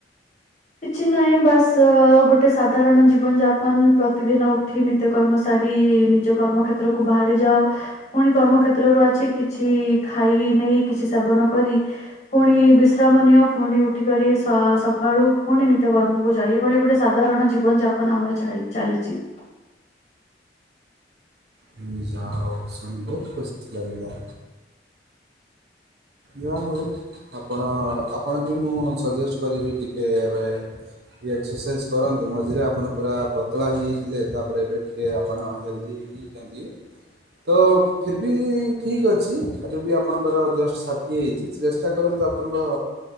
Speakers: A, on the left; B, on the right.
A: କିଛି ନାହିଁ ବାସ୍ ଗୋଟେ ସାଧାରଣ ଜୀବନ ଯାପ ପନ୍ ପ୍ରତିଦିନ ଉଠି ନିତ୍ୟ କର୍ମ ସାରି ନିଜ କର୍ମକ୍ଷେତ୍ରକୁ ବାହାରିଯାଅ। ପୁଣି କର୍ମକ୍ଷେତ୍ରରୁ ଆଛି କି ଛି ଖାଇ ନେଇ କିଛି ସେବନ କରି ଫୁଣି ବିଶ୍ରାମ ନିଅ ଫୁଣି ଉ ଠି କରି ସ ସଖାଳୁ ଫୁଣି ନିତ୍ୟକର୍ମକୁ ଯା ଏଇଭଳି ଗୋଟେ ସାଧାରଣ ଜୀବନ ଯାପନ ଆମର ଚାଳି ଚାଲିଚି।
B: ହୁଁ ଯା ହୋଉ ଶୁଣି ବୋହୁତ ଖୁସି ଲାଗିଲା। ଯାହା ହୋଉ ଆପଣ ଆପଣ ବି ମୁଁ ସଜେଷ୍ଟ କରିବି ଟିକେ ଏବେ ଟିକେ ଏକ୍ସରସାଇଜ୍ କରନ୍ତୁ ମଝିରେ ଆପଣ ପୁରା ପତଳା ହେଇଯାଇଥିଲେ ତାପରେ ଏବେ ଟିକେ ଆପଣ ହେଲ୍ଦୀ <unintelligible> ତ ଫିର୍ ବି ଠିକ ଅଛି ଆଉ ଯଦି ଆପଣଙ୍କର ଜଷ୍ଟ ସା <unintelligible> ହେଇଚି ଚେଷ୍ଟା କରନ୍ତୁ ଆପଣଙ୍କ